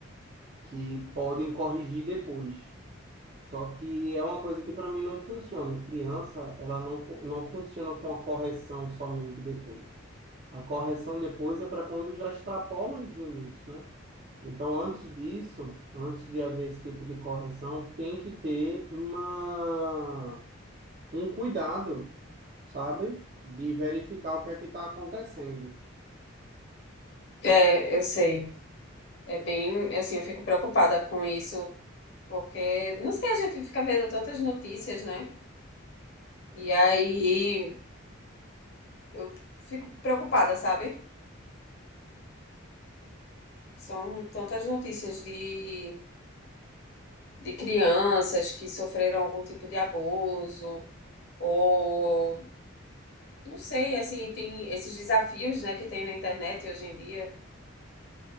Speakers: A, on the right; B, on the left.
A: que podem corrigir depois. Só que é uma coisa que para mim não funciona. Criança, ela não, co- não funciona com a correção somente depois. A correção depois é para quando já extrapola os limites, né? Então, antes disso, antes de haver esse tipo de correção, tem que ter uma, um cuidado, sabe? De verificar o que é que está acontecendo.
B: É, eu sei. É bem, assim, eu fico preocupada com isso, porque, não sei, a gente fica vendo tantas notícias, né? E aí eu fico preocupada, sabe? São tantas notícias de, de crianças que sofreram algum tipo de abuso ou Não sei, assim, tem esses desafios, né, que tem na internet hoje em dia.